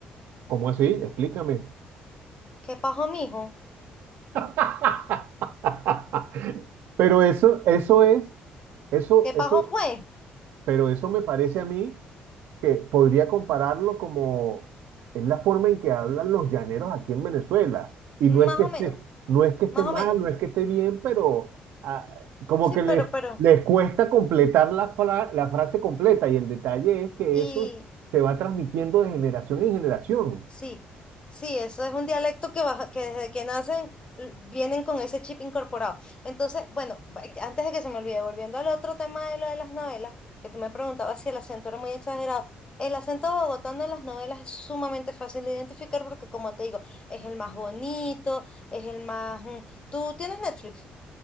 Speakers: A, on the right (about 80°); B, on the left (about 30°).
A: ¿Cómo así? Explícame.
B: ¿Qué pajo, mijo?
A: <laughs> Pero eso, eso es, eso,
B: ¿Qué pajo,
A: eso
B: pues?
A: Pero eso me parece a mí que podría compararlo como es la forma en que hablan los llaneros aquí en Venezuela. Y
B: Más
A: no es que
B: o
A: esté,
B: menos,
A: no es que esté
B: más
A: mal,
B: o menos.
A: no es que esté bien, pero ah, como
B: Sí,
A: que les,
B: pero, pero,
A: les cuesta completar la, fra- la frase completa. Y el detalle es que
B: y
A: eso se va transmitiendo de generación en generación.
B: Sí, sí, eso es un dialecto que, baja- que desde que nacen l- vienen con ese chip incorporado. Entonces, bueno, va- eh, antes de que se me olvide, volviendo al otro tema de lo de las novelas, que tú me preguntabas si el acento era muy exagerado. El acento bogotano en las novelas es sumamente fácil de identificar porque, como te digo, es el más bonito, es el más... mm, Tú tienes Netflix,